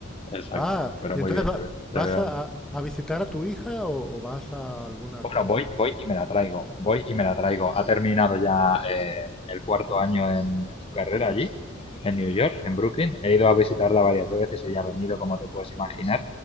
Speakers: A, on the left (about 30°); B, in the centre.
A: Exacto,
B: Ah,
A: pero
B: y
A: muy
B: entonces
A: bien,
B: va-
A: te veo.
B: vas
A: Te veo.
B: a, a- a visitar a tu hija o, o vas a alguna
A: Bueno,
B: cosa
A: voy,
B: especial.
A: voy y me la traigo, voy y me la traigo. Ha terminado ya eh, el cuarto año en, en su carrera allí, en New York, en Brooklyn. He ido a visitarla varias veces, ella ha venido, como te puedes imaginar,